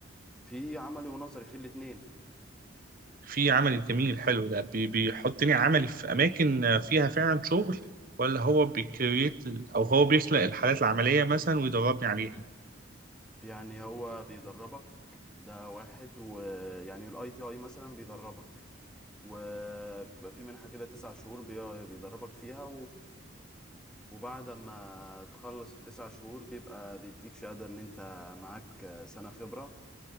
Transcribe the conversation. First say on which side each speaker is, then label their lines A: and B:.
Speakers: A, in the centre; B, on the right.
A: في عملي ونظري في الاتنين
B: في عملي جميل حلو ده بي- بيحطني عملي في أماكن فيها فعلا شغل ولا هو بيكريت أو هو بيخلق الحالات العملية مثلا ويدربني عليها
A: يعني هو بيدربك ده واحد ويعني الاي تي اي مثلا بيدربك وبتبقى في منحة كده تسع شهور بي- بيدربك فيها وبعد ما تخلص التسع شهور بيبقى بيديك شهادة إن أنت معاك سنة خبرة